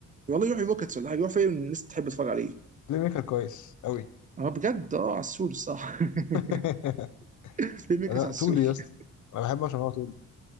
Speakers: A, on the right; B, on the left.
A: والله يروح الروكيتس ولا حاجه يروح فريق الناس تحب تتفرج عليه
B: بلاي ميكر كويس قوي
A: اه بجد اه عسول الصراحه <laughs>
B: <laughs>
A: <applause> ليه ميكس
B: انا
A: عسول
B: طولي يا اسطى
A: <laughs>
B: انا بحبه عشان هو طولي